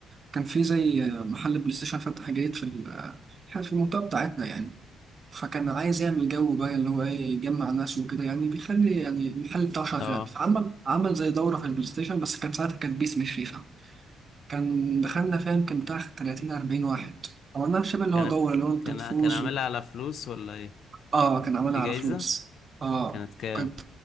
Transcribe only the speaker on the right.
كان في زي محل بلاي ستيشن فتح جديد في ال- إحنا في المنطقة بتاعتنا يعني فكان عايز يعمل جو بقى اللي هو ايه يجمع ناس وكده يعني بيخلي يعني المحل بتاعه شغال
فعمل عمل زي دورة في البلاي ستيشن بس كان ساعتها كان بيس مش فيفا كان دخلنا فاهم كان بتاع 30 40 واحد عملناها شبه اللي
هو دورة اللي هو انت
تفوز
و...
اه كان عملها
على فلوس اه
كنت